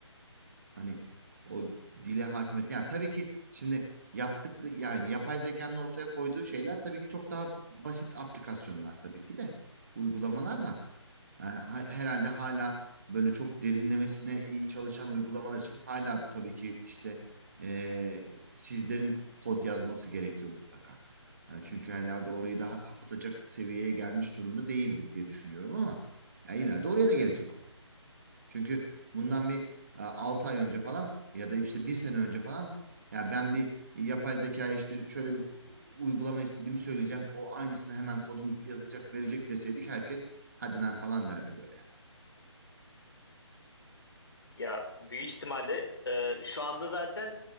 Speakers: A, on the right (about 35°); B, on the left (about 55°).
A: Hani o dile hakimiyet. Yani tabii ki şimdi yaptık yani yapay zekanın ortaya koyduğu şeyler tabii ki çok daha basit aplikasyonlar tabii ki de uygulamalar da e, ha- herhalde hala böyle çok derinlemesine iyi çalışan uygulamalar için hala tabii ki işte e, sizlerin kod yazması gerekiyor mutlaka. E, çünkü herhalde orayı daha kapatacak seviyeye gelmiş durumda değildir diye düşünüyorum ama ya ileride oraya da gelecek ama. Çünkü bundan bir 6 ay önce falan ya da işte bir sene önce falan ya ben bir yapay zekaya işte şöyle bir uygulama istediğimi söyleyeceğim. O aynısını hemen kodunu yazacak verecek deseydik herkes hadi lan falan derdi böyle yani.
B: Ya büyük ihtimalle e, şu anda zaten